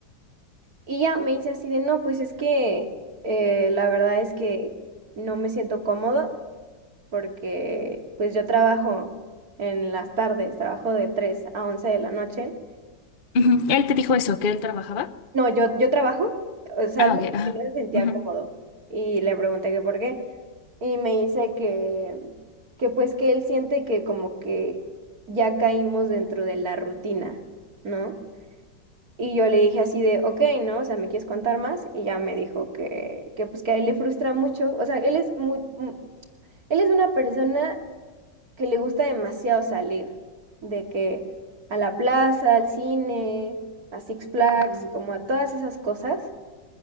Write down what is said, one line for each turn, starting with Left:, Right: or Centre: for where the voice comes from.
Right: Y ya me dice así de, no, pues es que eh, la verdad es que no me siento cómodo porque pues yo trabajo en las tardes, trabajo de 3 a 11 de la noche.
Left: Ujú. Él te dijo eso, que él trabajaba.
Right: No, yo, yo trabajo, o sea,
Left: Ah,
Right: él
Left: ok. Ajá.
Right: me sentía
Left: Ujú.
Right: cómodo y le pregunté que por qué. y me dice que, que pues que él siente que como que ya caímos dentro de la rutina, ¿no? Y yo le dije así de, ok, ¿no? O sea, ¿me quieres contar más? Y ya me dijo que, que pues que a él le frustra mucho, o sea, él es muy, mu- él es una persona que le gusta demasiado salir, de que a la plaza, al cine, a Six Flags, como a todas esas cosas,